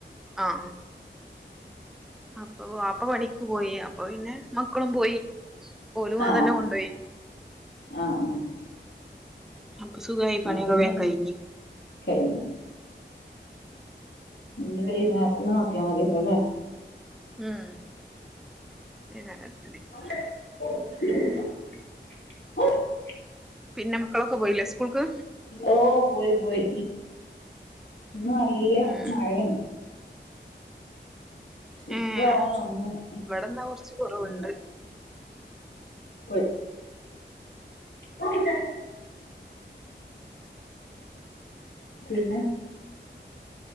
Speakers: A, in the centre; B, on the left.
A: ആഹ് അപ്പൊ വാപ്പ പണിക്ക് പോയി അപ്പൊ പിന്നെ മക്കളും പോയി ഓലും
B: ആഹ്
A: അതെന്നെ കൊണ്ടോയി
B: ആഹ് ആഹ്
A: അപ്പൊ സുഖായി പണിയൊക
B: ആ പിന്നെ
A: വേം കഴിഞ്ഞ്
B: കഴിഞ്ഞു ഇഞി വൈന്നേരത്തിന് നോക്ക്യാ മതിയല്ലലെ
A: ഉം വൈന്നേര <unintelligible>
B: <inaudible>
A: പിന്നെ മക്കളൊക്ക പോയിലെ സ്കൂൾക്ക്
B: ഓഹ് പോയി പോയി ഇന്ന് നല്ല
A: ഉം
B: മഴേണ് ഇപ്പ
A: ഏഹ്
B: അങ്ങന വന്ന്
A: ഇവിടെന്നാ കൊറച്ച് കൊറവുണ്ട്
B: നിന്ന് പോയ് ഓക്കെ സാ <unintelligible> പിന്നെ